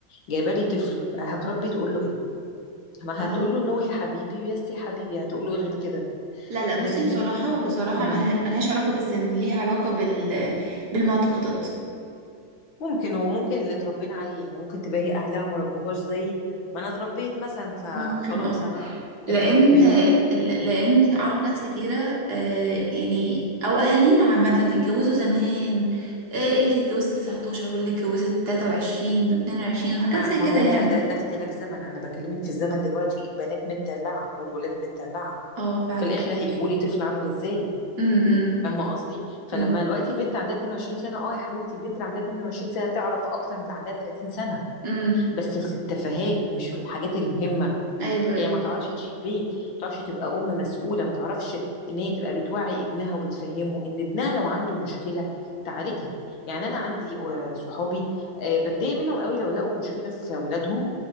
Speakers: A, on the left; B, on the right.
A: جايبه لي طفل هتربي تقول له ايه ما
B: اه
A: هتقول له نو يا حبيبي ويس يا حبيبي هتقول له إيه غير كده
B: لا لا بصي
A: لكن
B: بصراحه
A: احنا
B: بصراحه
A: مم.
B: مل- ملهاش علاقه بالسن ليها علاقه بال بالمعتقدات
A: ممكن وممكن اللي اتربينا عليه يعني ممكن تبقى هي اهلها ما ربوهاش زي ما انا اتربيت مثلا فخلاص
B: ممكن اه
A: انا
B: لان
A: اتربيت
B: لان اعرف ناس كتيره آه، يعني او اهالينا عامه اتجوزوا زمان آه، اللي اتجوزت 19 واللي اتجوزت 23 و22 وحاجات
A: ما,
B: زي
A: ما
B: كده
A: هو
B: يعني
A: ده, ده ده اختلاف زمن انا بكلمك في الزمن دلوقتي البنات متدلعه والولاد متدلعه
B: اه فعلا
A: في الاخر هيجيبوا لي طفل عامل ازاي
B: امم
A: فاهمه قصدي فلما
B: امم
A: دلوقتي بنت عندها 22 سنه اه يا حبيبتي البنت اللي عندها 22 سنه تعرف اكتر من اللي عندها 30 سنه
B: امم
A: بس في التفاهات مش في الحاجات المهمه
B: ايوه ايوه
A: يعني ما تعرفش تشيل بيت ما تعرفش تبقى ام مسؤوله ما تعرفش ان هي تبقى بتوعي ابنها وبتفهمه ان ابنها لو عنده مشكله تعالجها يعني انا عندي آه، صحابي آه، بتضايق منهم قوي لو لقوا مشكله في اولادهم